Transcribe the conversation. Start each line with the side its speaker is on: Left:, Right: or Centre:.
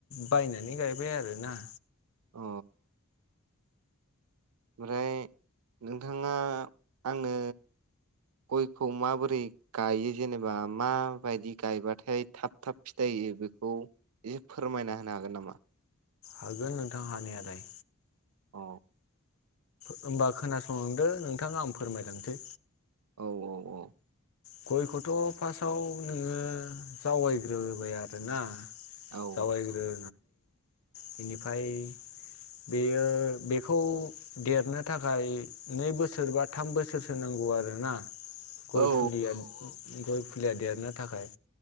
Left: बायनानै गायबाय आरोना
Right: अ ओमफ्राय नोंथांङा आंनो गयखौ माबोरै गायो जेनेबा माबायदि गायबाथाय थाब थाब फिथायाइ होयो बेखौ एसे फोरमायना होनो हागोन नामा?
Left: हागोन नोंथां हानायालाय
Right: अ
Left: होमबा खोनासंलांदो नोंथां आं फोरमायलांसै
Right: औ औ औ।
Left: गयखौथ' फार्स्टआव नोङो जावायग्रोबाय आरोना साबाय
Right: औ
Left: ग्रि
Right: <unintelligible>
Left: बेनिफ्राय बेयो बेखौ देरनो थाखाय नै बोसोर बा थाम बोसोरसो नांगौ। नांगौ आरोना ग
Right: औ
Left: फुलिया गय फुलिया देरनो थाखाय